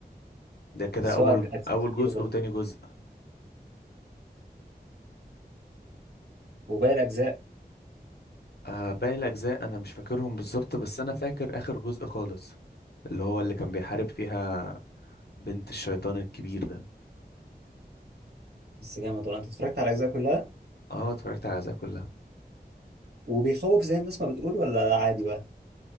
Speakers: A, on the left; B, on the right.
A: ده كده
B: بس
A: أول
B: هو أج- اجزاء
A: أول
B: كتير
A: جزء
B: برضه
A: وتاني جزء
B: وباقي الاجزاء
A: آه باقي الأجزاء أنا مش فاكرهم بالظبط بس أنا فاكر آخر جزء خالص اللي هو اللي كان بيحارب فيها بنت الشيطان الكبير ده
B: بس جامد والله انت اتفرجت على الاجزاء كلها
A: اه اتفرجت على الأجزاء كلها
B: وبيخوف زي الناس ما بتقول ولا عادي بقى